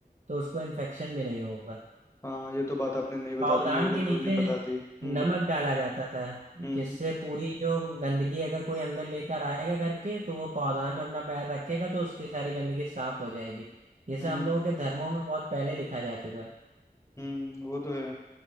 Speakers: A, on the right; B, on the left.
A: तो उसको इन्फेक्शन भी नहीं होगा
B: हाँ ये तो बात आपने नहीं बता
A: पावदान
B: दी मेरे को
A: के नीचे
B: तो नहीं पता थी हम्म
A: नमक डाला जाता था
B: हम्म
A: जिससे पूरी जो गंदगी अगर कोई अंदर लेकर आएगा घर के तो वो पावदान में अपना पैर रखेगा तो उसकी सारी गंदगी साफ हो जाएगी ये सब
B: हम्म
A: हम लोगों के धर्मों में बहुत पहले लिखा जा चुका है
B: हम्म वो तो है